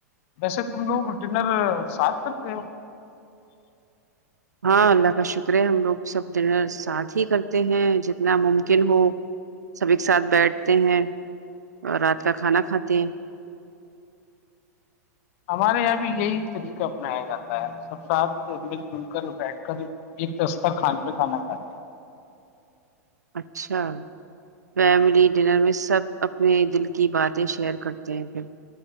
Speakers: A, on the left; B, on the right.
A: ویسے تم لوگ ڈنر ساتھ کرتے ہو
B: ہاں اللہ کا شکر ہے ہم لوگ سب دنر ساتھ ہی کرتے ہیں جتنا ممکن ہو سب ایک ساتھ بیٹھتے ہیں اور رات کا کھانا کھاتے ہیں
A: ہمارے یہاں بھی یہی طریقہ اپنایا جاتا ہے سب ساتھ مل جل کر بیٹھ کر ایک دستر کھان پہ کھانا کھ
B: اچھا فیملی ڈنر میں سب اپنے دل کی باتیں شیئر کرتے ہیں پھر